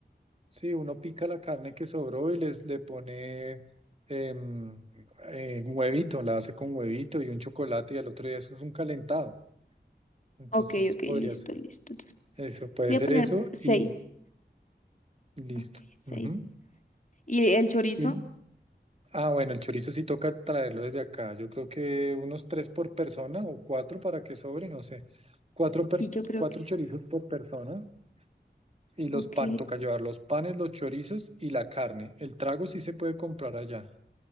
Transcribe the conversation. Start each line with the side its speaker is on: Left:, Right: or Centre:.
Right: sí, uno pica la carne que sobró y les le pone em, eh, un huevito, la hace con huevito y un chocolate y al otro día eso es un calentado. Entonces
Left: Ok, ok,
Right: podría
Left: listo,
Right: ser
Left: listo. Entonces,
Right: eso, puede
Left: voy
Right: ser
Left: a poner
Right: eso
Left: seis.
Right: y listo.
Left: Ok, seis.
Right: Ujú.
Left: ¿Y el chorizo?
Right: Y- ah, bueno, el chorizo sí toca traerlo desde acá. Yo creo que unos tres por persona o cuatro para que sobre, no sé. Cuatro, per-
Left: Sí, yo creo
Right: cuatro
Left: que
Right: chorizos
Left: es.
Right: por persona Y los
Left: Ok,
Right: pan, toca llevar los panes, los chorizos y la carne. El trago sí se puede comprar allá.